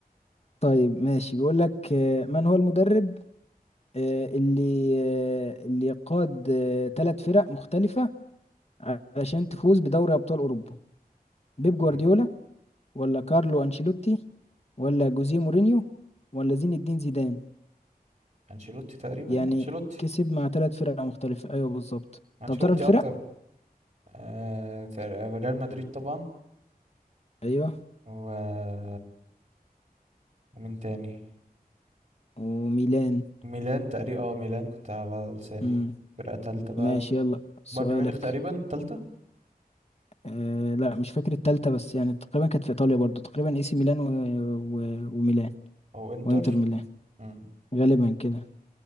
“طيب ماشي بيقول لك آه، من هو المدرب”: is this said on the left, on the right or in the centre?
Left